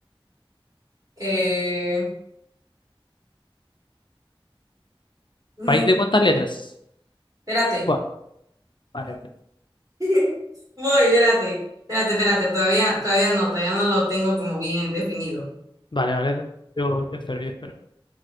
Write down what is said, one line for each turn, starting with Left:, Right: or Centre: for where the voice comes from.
Right: Eh, mm,
Left: ¿País de cuántas letras?
Right: espérate.
Left: Buah, vale, vale.
Right: <laughs> Voy, espérate. Espérate, espérate. Todavía, todavía no, todavía no lo tengo como bien definido.
Left: Vale, vale. Yo, yo espero, yo espero.